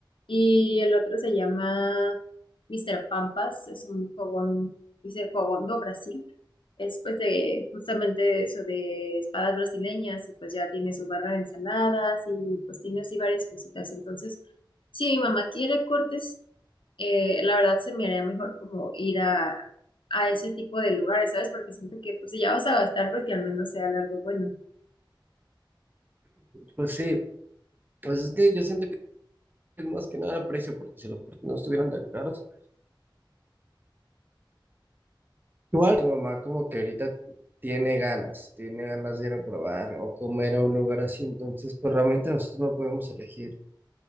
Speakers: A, on the left; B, on the right.
A: Y el otro se llama Mr. Pampas. Es un fogón. Dice fogón do Brasil. Es pues de justamente eso de espadas brasileñas. Y pues ya tiene su barra de ensaladas. Y pues tiene así varias cositas. Entonces, si mi mamá quiere cortes eh, la verdad se me haría mejor como ir a, a ese tipo de lugares, ¿sabes? Porque siento que pues si ya vas a gastar, pues que al menos sea algo bueno.
B: Pues sí, pues es que yo siento que es más que nada precio, porque si los precios no estuvieran tan caros, ¿Cuál tu mamá como que ahorita tiene ganas, tiene ganas de ir a probar o comer a un lugar así? Entonces, pues realmente nosotros no podemos elegir.